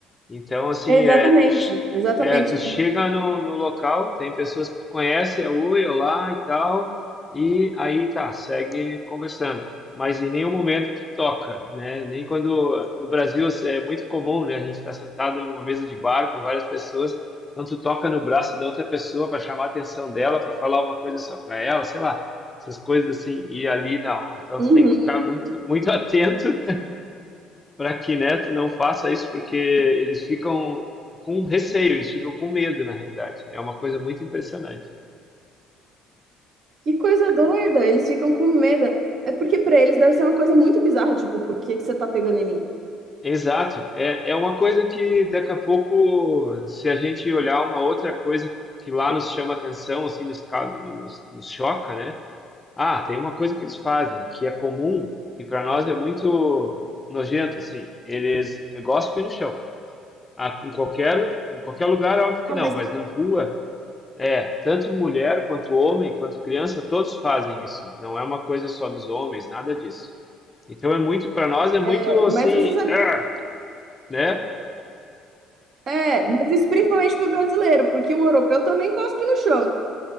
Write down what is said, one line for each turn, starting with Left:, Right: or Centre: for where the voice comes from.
Left: Então, assim,
Right: Exatamente,
Left: é, tu, ch-
Right: exatamente.
Left: é, tu chega no, no local, tem pessoas que tu conhece, é oi, olá e tal, e aí tá, segue conversando. Mas em nenhum momento tu toca, né? Nem quando no Brasil é muito comum, né? A gente está sentado numa mesa de bar com várias pessoas, então tu toca no braço da outra pessoa para chamar a atenção dela, para falar uma coisa só para ela, sei lá, essas coisas assim. E ali não. Então
Right: Uhum.
Left: tu tem que ficar muito, muito <laughs> atento para que Neto não faça isso, porque eles ficam com receio, eles ficam com medo, na realidade. É uma coisa muito impressionante.
Right: Que coisa doida, eles ficam com medo. É porque pra eles deve ser uma coisa muito bizarra, tipo, por que que você tá pegando em mim?
Left: Exato. É, é uma coisa que daqui a pouco, se a gente olhar uma outra coisa que lá nos chama atenção, assim, nos, ca- nos, nos choca, né? Ah, tem uma coisa que eles fazem que é comum e para nós é muito nojento, assim. Eles gospem no chão. Ah, em qualquer, em qualquer lugar, óbvio que
Right: Ah,
Left: não,
Right: mas
Left: mas na rua É, tanto mulher quanto homem, quanto criança, todos fazem isso. Não é uma coisa só dos homens, nada disso. Então é muito, para nós é muito
Right: é,
Left: assim,
Right: mas você sabe
Left: ah,
Right: que
Left: né?
Right: é, mas isso principalmente pro brasileiro, porque o europeu também cospe no chão.